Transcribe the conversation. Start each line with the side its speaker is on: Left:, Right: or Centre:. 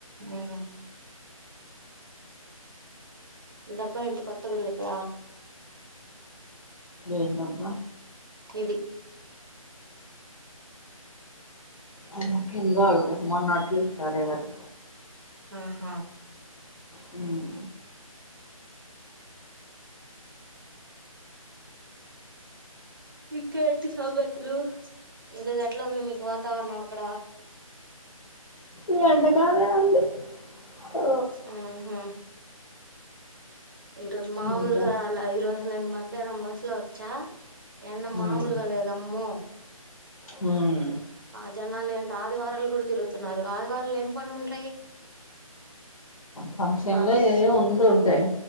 Right: మ్మ్ డబ్బా ఏంటి కొత్తగా ఉంది ఇక్కడ
Left: ఏం డబ్బ
Right: ఇది
Left: అద కింద వాళ్ళది మొన్న అట్లు ఇచ్చారే అది
Right: ఆహా
Left: హ్మ్.
Right: ఇంకేంటి సంగతులు ఈరోజు ఎట్లా ఉంది మీకు వాతావరణం అక్కడ
Left: ఈ ఎండ గానే ఉంది ఓ!
Right: మ్మ్ హ్మ్ ఈ రోజు మామూలుగా
Left: ఎండ.
Right: రాలా ఈరోజు నేను మధ్యాహ్నం బస్ లో వచ్చా ఎండా
Left: హ్మ్.
Right: మామూలుగా లేదు అమ్మో
Left: హ్మ్
Right: ఆ జనాలు ఏంటి ఆదివారాలు కూడా తిరుగుతున్నారు ఆదివారాలు ఏం పనిలు ఉంటాయి
Left: ఫంక్షన్
Right: బస్
Left: లో ఏవో ఉండి ఉంటాయి